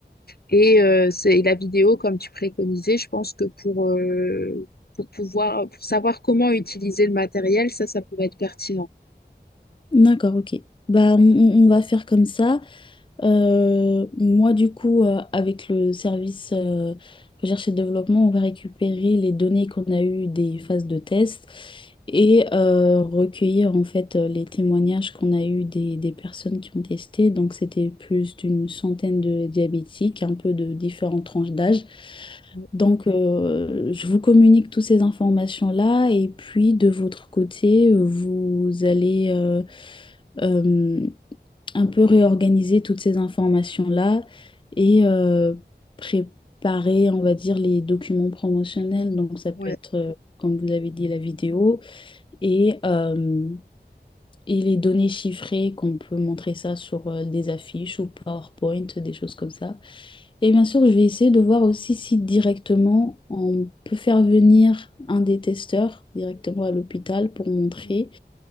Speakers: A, on the left (about 60°); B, on the left (about 30°).
A: et, euh, c'est, et la vidéo comme tu préconisais, je pense que pour, euh, pour pouvoir pour savoir comment utiliser le matériel, ça, ça pourrait être pertinent.
B: D'accord, ok. Bah, on, on- on va faire comme ça. Euh, moi, du coup, euh, avec le service euh, recherche et développement, on va récupérer les données qu'on a eues des phases de test et euh, recueillir en fait euh, les témoignages qu'on a eus des, des personnes qui ont testé. Donc, c'était plus d'une centaine de diabétiques, un peu de différentes tranches d'âge.
A: Ouais,
B: Donc, euh, je vous communique toutes ces informations-là et puis de votre côté, euh, vous allez euh, euh, un peu réorganiser toutes ces informations-là et euh, préparer, on va dire, les documents promotionnels.
A: Super.
B: Donc, ça peut
A: Ouais.
B: être, euh, comme vous avez dit, la vidéo et euh, et les données chiffrées, qu'on peut montrer ça sur euh, des affiches ou PowerPoint, des choses comme ça. Et bien sûr, je vais essayer de voir aussi si directement on peut faire venir un des testeurs directement à l'hôpital pour montrer,
A: ouais.